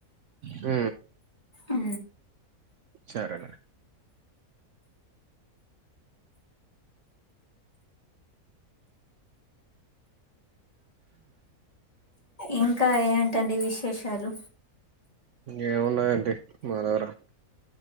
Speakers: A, on the right (about 65°); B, on the left (about 25°).
A: ఉ
B: ఉ
A: సరేలే
B: ఇంకా ఏంటండి విశేషాలు
A: ఏమున్నదండీ మా దగ్గర